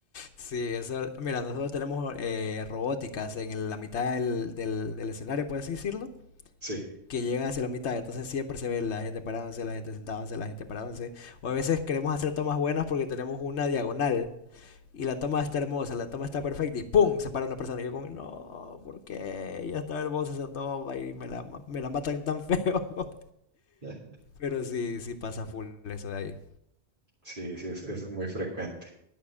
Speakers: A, on the left; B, on the right.
A: Sí, eso, mira, nosotros tenemos eh, robóticas en el- la mitad del, del, del escenario, puedes decirlo,
B: Sí,
A: que llegan hacia la mitad, entonces siempre se ve la gente parándose, la gente sentándose, la gente parándose, o a veces queremos hacer tomas buenas porque tenemos una diagonal, y la toma está hermosa, la toma está perfecta y ¡pum! se para una persona. Y yo como, no, ¿por qué? Ya está hermosa esa toma y me la, ma- me la matan tan feo. <laughs>
B: <laughs>
A: Pero sí, sí pasa full eso de ahí.
B: sí, sí, es, es muy frecuente.